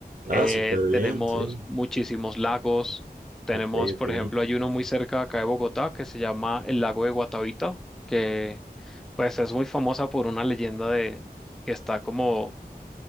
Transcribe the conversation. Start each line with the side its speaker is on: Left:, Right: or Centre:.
Right: Ah,
Centre: eh,
Right: súper
Centre: tenemos
Right: bien, sí.
Centre: muchísimos lagos, tenemos,
Right: Ok, ok.
Centre: por ejemplo, hay uno muy cerca de acá de Bogotá que se llama el lago de Guatavita, que pues es muy famosa por una leyenda de que está como